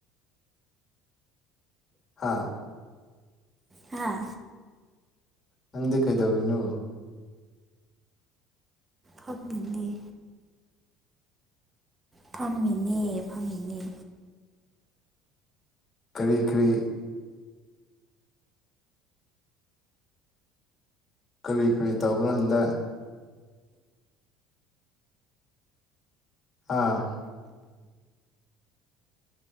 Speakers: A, on the left; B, on the right.
A: ꯍꯥꯥ ꯍꯝ
B: ꯍꯥꯥ
A: ꯅꯗꯦ ꯀꯩꯗꯧꯔꯤꯅꯨ
B: ꯊꯞꯃꯤꯅꯤ ꯐꯝꯃꯤꯅꯦ ꯐꯝꯃꯤꯅꯦ
A: ꯀꯔꯤ ꯀꯔꯤ ꯀꯔꯤ ꯀꯔꯤ ꯇ ꯎꯕꯂꯍꯟꯗ ꯑꯥ